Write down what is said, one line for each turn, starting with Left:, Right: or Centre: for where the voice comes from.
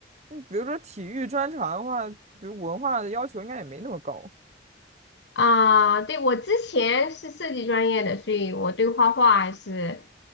Right: 嗯比如说体育专长的话，比如文化的要求应该也没那么高。
Left: 啊，对，我之前是设计专业的，所以我对画画还是